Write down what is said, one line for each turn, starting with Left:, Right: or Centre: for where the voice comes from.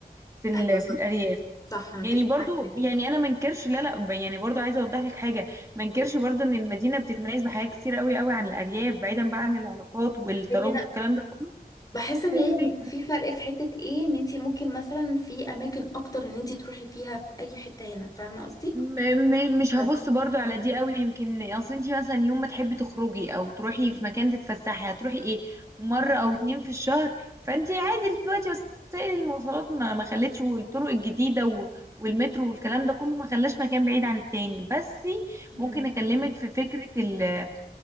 Right: في ال
Left: ايوه صح
Right: في الارياف
Left: صح انا
Right: يعني
Left: متفق
Right: برضو
Left: معاكي جدا
Right: يعني انا منكرش لا لا ب- يعني برضو عايزه اوضح لك حاجه منكرش برضو ان المدينه بتتميز بحاجات كتير قوي قوي عن الارياف بعيدا بقى عن العلاقات والترابط
Left: هي
Right: الكلام ده كله
Left: بحس ان
Right: فكره
Left: هي بيبقى في فرق في حته ايه ان انت ممكن مثلا في اماكن اكتر ان انت تروحي فيها في اي حته هنا فاهمه قصدي
Right: م- م- مش
Left: بس
Right: هبص برضو على دي قوي يمكن اصل انتي مثلا يوم ما تحبي تخرجي او تروحي في مكان تتفسحي هتروحي ايه مرة او اتنين في الشهر فانتي عادي دلوقتي وسائل المواصلات ما ما خلتش والطرق الجديدة و- والمترو والكلام ده كله ما خلاش مكان بعيد عن التاني بس
Left: مم.
Right: ممكن اكلمك في فكرة ال-